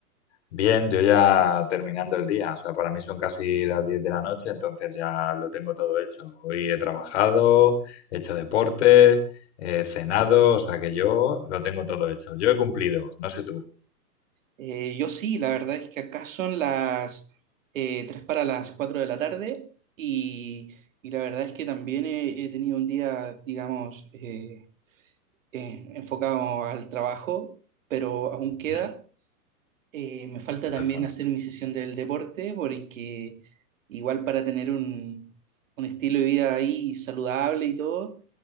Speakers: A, on the left (about 45°); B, on the right (about 55°).
A: Bien, yo ya terminando el día, o sea, para mí son casi las 10 de la noche, entonces ya lo tengo todo hecho. Hoy he trabajado, he hecho deporte, he cenado, o sea que yo lo tengo todo hecho. Yo he cumplido, no sé tú.
B: Eh, yo sí, la verdad es que acá son las eh, 3 para las 4 de la tarde y, y la verdad es que también he, he tenido un día, digamos, eh, eh, enfocado al trabajo, pero aún queda.
A: Ujú.
B: Eh, me falta
A: No
B: también
A: te falta.
B: hacer mi sesión del deporte porque igual para tener un, un estilo de vida ahí saludable y todo